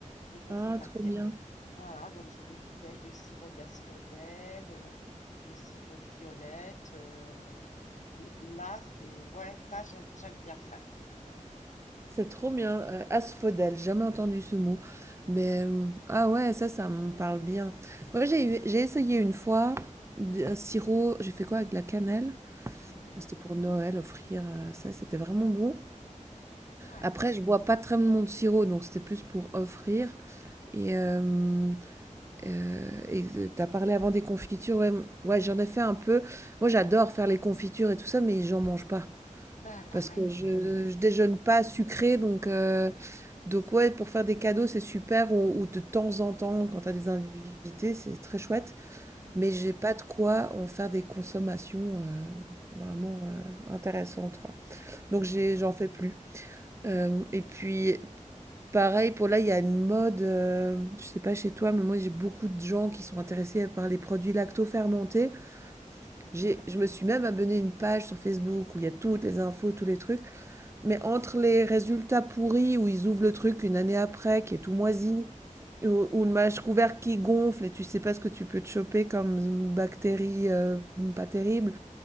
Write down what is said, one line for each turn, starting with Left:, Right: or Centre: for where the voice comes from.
Left: et qu'on
Right: Ah,
Left: fait macérer.
Right: trop bien.
Left: Voilà, donc j'ai mes bouteilles de sirop d'asphodèle, euh, de sirop de violette. euh, l- là, c'est ouais, ça j'aime j'aime bien faire.
Right: C'est trop bien. Euh, asphodèle, j'ai jamais entendu ce mot. Mais euh, ah ouais, ça, ça me parle bien. Moi, j'ai eu- j'ai essayé une fois d- un sirop, j'ai fait quoi avec de la cannelle?
Left: Mhm.
Right: C'était pour Noël, offrir, heu, ça, c'était vraiment bon.
Left: Ouais,
Right: Après, je bois pas très mon de sirop, donc c'était plus pour offrir et hem, heu et tu as parlé avant des confitures, ouais, mmh, ouais, j'en ai fait un peu. Moi, j'adore faire les confitures et tout ça, mais j'en mange pas
Left: ben pareil.
Right: parce que je je déjeune pas sucré, donc heu, donc ouais, pour faire des cadeaux, c'est super ou ou de temps en temps, quand t'as des invités, c'est très chouette,
Left: Mhm.
Right: mais j'ai pas de quoi en faire des consommations, heu, vraiment, heu, intéressantes, quoi. Donc
Left: Mhm.
Right: j'ai, j'en fais plus. Euh, et puis pareil, pour là, il y a une mode, euh, je sais pas chez toi, mais moi j'ai beaucoup de gens qui sont intéressés par les produits lacto-fermentés. J'ai, je me suis même abonné à une page sur Facebook où il y a toutes les infos, tous les trucs. Mais entre les résultats pourris où ils ouvrent le truc une année après, qui est tout moisi, ou, ou le mâche couvert qui gonfle et tu sais pas ce que tu peux te choper comme bactéries euh, pas terribles.